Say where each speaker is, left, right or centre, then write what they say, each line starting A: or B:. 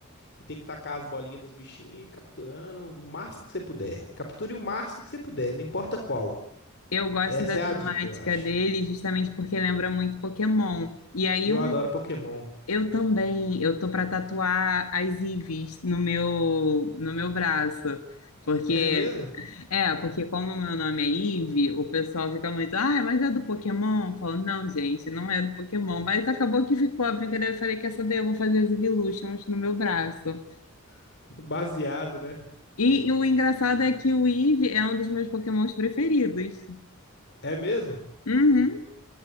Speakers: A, on the left (about 50°); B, on the left (about 75°).
A: e tem que tacar as bolinhas nos bichinhos, capturando o máximo que você puder. Capture o máximo que você puder, não importa qual.
B: Eu gosto
A: Essa
B: da
A: é a
B: temática
A: dica, eu acho.
B: dele justamente porque lembra muito Pokémon. E aí
A: Eu
B: um,
A: adoro Pokémon.
B: eu também, eu tô para tatuar as Eevees no meu no meu braço. Porque
A: É mesmo?
B: é, porque como o meu nome é Eve, o pessoal fica muito, ah, mas é do Pokémon? Eu falo, não, gente, não é do Pokémon. Mas acabou que ficou a brincadeira. Eu falei, quer saber? Eu vou fazer as Eeveelutions no meu braço.
A: <laughs> Baseado, né?
B: E, e o engraçado é que o Eve é um dos meus Pokémons preferidos.
A: É mesmo?
B: Uhum.